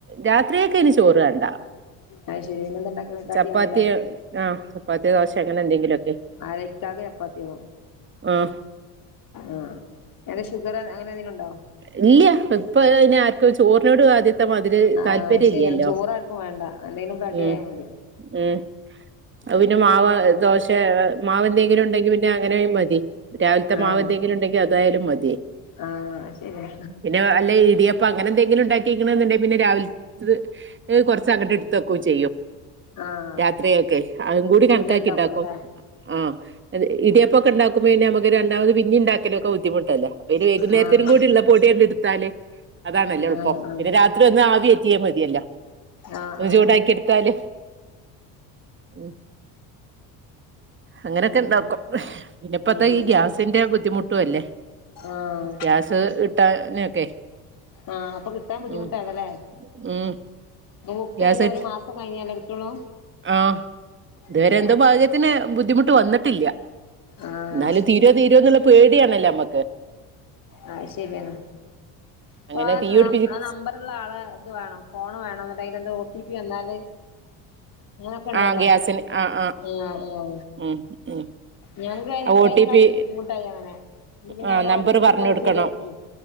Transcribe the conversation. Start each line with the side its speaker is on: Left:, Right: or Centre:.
Right: രാത്രിയൊക്കെ ഇനി ചോറ് വേണ്ട.
Left: അത് ശരി പിന്നെന്താ ഇണ്ടാക്കല് കടിയാവൂല്ലേ
Right: ചപ്പാത്തിയ ആഹ് ചപ്പാത്തി ദോശ അങ്ങനെ എന്തെങ്കിലൊക്കെ.
Left: മാരെ ക്കാവ് ചപ്പാത്തിയോ?
Right: ആഹ്
Left: ആഹ് എട ഷുഗറോ അങ്ങനെ എന്തെങ്കിലുണ്ടോ?
Right: ഇല്ല്യ ഇപ്പതിനാർക്കും ആർക്കും ചോറിനോട് ആദ്യ ത്തമാതിരി
Left: ആഹ്
Right: താല്പര്യല്ലല്ലോ
Left: അത് ശരിയാണ് ചോറ് ആർക്കും വേണ്ട എന്തെങ്കിലും കടിയായ
Right: ഉം
Left: മതി
Right: ഉം അത് പിന്നെ മാവ ദോശ മാവെന്തെങ്കിലും ഉണ്ടെങ്കിൽ പിന്നെ അങ്ങനെയും മതി രാവിലത്തെ
Left: ആഹ്
Right: മാവെന്തെങ്കിലും ഉണ്ടെങ്കിൽ അതായാലും മതിയേ
Left: ആഹ് ശരിയാ
Right: പിന്നെ അല്ല ഇടിയപ്പം അങ്ങനെ എന്തെങ്കിലും ഉണ്ടാക്കിക്ണെന്നുണ്ടെല് പിന്നെ രാവില് ഇത് കുറച്ച് അങ്ട് എടുത്തു വെക്കും ചെയ്യും
Left: ആഹ്
Right: രാത്രിയൊക്കെ അതും കൂടി കണക്കാക്കി
Left: പിന്നെ ഇണ്ടാക്കൂല
Right: ഇണ്ടാക്കും
Left: ല്ലേ
Right: ആഹ് അത് ഇടിയപ്പൊക്കെ ഇണ്ടാക്കുമ്പോഴെ ഞമക്ക് രണ്ടാമത് പിന്നീം ഉണ്ടാക്കലൊക്ക ബുദ്ധിമുട്ടല്ലേ ഇനി വൈകുന്നേരത്തിന്
Left: ആഹ്
Right: ഇല്ല പൊടി എട്ത്താല് അതാണല്ലേ എള്പ്പം
Left: ആഹ് ആഹ്
Right: പിന്നെ രാത്രി ഒന്ന് ആവി എറ്റിയേ മതിയല്ലാ
Left: ആഹ് ആഹ്
Right: ചൂടാക്കി എടുത്താല് ഉം അങ്ങനെയൊക്കെയിണ്ടാക്കും
Left: ഉം
Right: പിന്നപ്പത്തെ
Left: അത് ശരി
Right: ഈ ഗ്യാസിന്റെ ബുദ്ധിമുട്ടും അല്ലേ
Left: ആഹ്
Right: ഗ്യാസ് കിട്ടാനൊക്കെ
Left: ആഹ് അപ്പൊ കിട്ടാൻ ബുദ്ധിമുട്ടാണല്ലേ
Right: ഉം ഉം
Left: അപ്പൊ ബുക്കെയ്താ
Right: ഗ്യാസ്
Left: ഒരു മാസം കഴിഞ്ഞാലേ കിട്ടുള്ളൂ
Right: ആഹ് ഇതുവരെ
Left: ഉം
Right: എന്തോ ഭാഗ്യത്തിന് ബുദ്ധിമുട്ട് വന്നിട്ടില്ല
Left: ആഹ്
Right: എന്നാലും തീരോ തീരോന്നുള്ള പേടിയാണല്ല ഞമ്മക്ക്
Left: ആഹ് ശരിയെന്ന അപ്പാ
Right: അങ്ങനെ തീ പിടിപ്പിച്ച്
Left: നം ആ നമ്പർ ഉള്ളാളെ ഇത് വേണം ഫോണ് വേണം അതായത് എന്തോ ഓ ടി പി വന്നാല് അങ്ങനൊക്കെ ഇണ്ടല്ലോ
Right: ആഹ് ഗ്യാസിന് ആഹ്
Left: ആഹ് ആ
Right: ഉം ഉം
Left: ഞാൻ കഴിഞ്ഞേ
Right: ആ ഓ
Left: കഴിഞ്ഞ
Right: ടി
Left: പ്രാവശ്യം
Right: പി
Left: ബുദ്ധിമുട്ടായി അങ്ങനെ എങ്കി പിന്നെ
Right: ആ
Left: അവിടെ
Right: നമ്പറ്
Left: ഓഫീസി
Right: പറഞ്ഞു
Left: പോയിട്ട്
Right: കൊടുക്കണം
Left: ശരിയാക്ക്